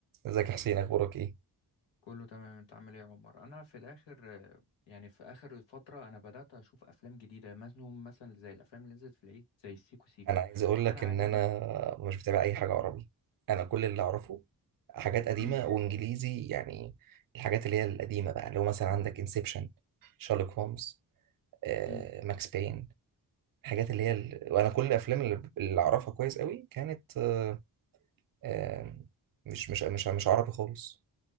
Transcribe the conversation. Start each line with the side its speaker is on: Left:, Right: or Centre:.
Right: ازيك يا حسين اخبارك ايه
Left: كله تمام انت عامل ايه يا عمر انا في الاخر يعني في اخر فتره انا بدات اشوف افلام جديده مثلا مثلا زي الافلام اللي نزلت في العيد زي سيكو سيكو
Right: انا عايز اقول لك
Left: انا
Right: ان
Left: عجبني
Right: انا مش بتابع اي حاجه عربي انا كل اللي اعرفه حاجات قديمه
Left: امم
Right: وانجليزي يعني الحاجات اللي هي القديمه بقى اللي هو مثلا عندك انسبشن شارلوك هومز آه،
Left: امم
Right: ماكس بين الحاجات اللي هي ال... وانا كل الافلام اللي اللي اعرفها كويس قوي كانت آه، آه، مش مش مش مش عربي خالص